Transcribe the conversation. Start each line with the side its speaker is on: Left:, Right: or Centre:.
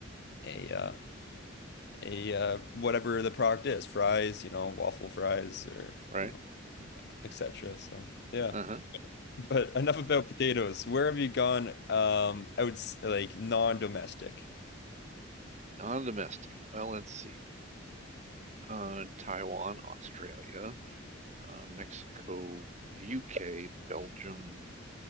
Left: a uh, a uh, whatever the product is, fries, you know, waffle fries, or
Right: right.
Left: you know, etc. So. Yeah,
Right: Uh-huh.
Left: but enough about potatoes. Where have you gone, um, outs like non-domestic?
Right: Non-domestic. Well, let's see. Uh, Taiwan, Australia, uh, Mexico, UK, Belgium,